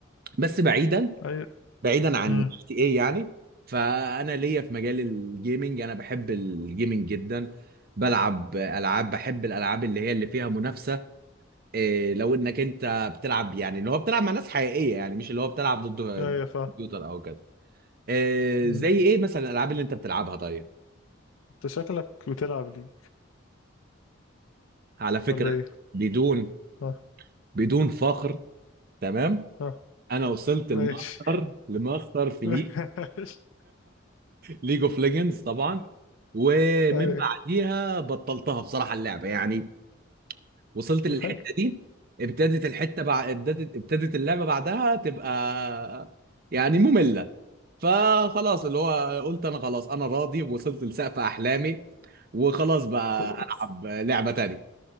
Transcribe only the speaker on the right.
بس بعيدا
بعيدا عن
جي ايه يعني فانا ليا في مجال الجيمنج انا بحب الجيمنج جدا بلعب العاب بحب الالعاب اللي هي اللي فيها منافسه إيه لو انك انت بتلعب يعني اللي هو بتلعب مع ناس حقيقيه يعني مش اللي هو بتلعب ضد
كمبيوتر او كده إيه
زي ايه مثلا الالعاب اللي انت بتلعبها طيب
على فكره
بدون
بدون فخر تمام
انا وصلت الماستر
لماستر في
ليج
ليج اوف ليجندز طبعا ومن
بعديها بطلتها بصراحه اللعبه يعني وصلت للحته
دي ابتدت الحته بع... ابتدت ابتدت اللعبه بعدها تبقى يعني ممله فخلاص اللي هو قلت انا خلاص انا راضي وصلت لسقف احلامي وخلاص بقى
العب لعبه تانية